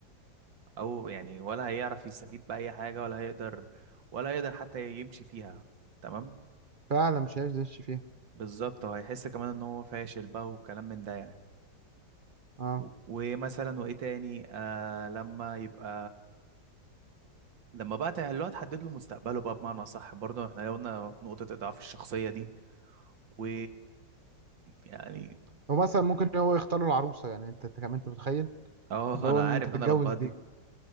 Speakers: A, on the right (about 80°); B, on the right (about 40°).
A: او يعني ولا هيعرف يستفيد بأي حاجة ولا هيقدر ولا هيقدر حتى يمشي فيها تمام
B: فعلا مش عايز يدش فيها
A: بالظبط وهيحس كمان ان هو فاشل بقى وكلام من ده يعني
B: اه
A: و- ومثلا وايه تاني آه لما يبقى لما بقى ته- اللي هو تحدد له مستقبله بقى بمعنى صح برضه احنا قلنا نقطة اضعاف الشخصية دي و يعني
B: ومثلا ممكن هو يختار له العروسة يعني انت أنت كمان انت متخيل
A: <laughs> اه
B: اللي
A: انا
B: هو ان
A: عارف
B: انت تتجوز
A: انا لبهت
B: دي
A: دي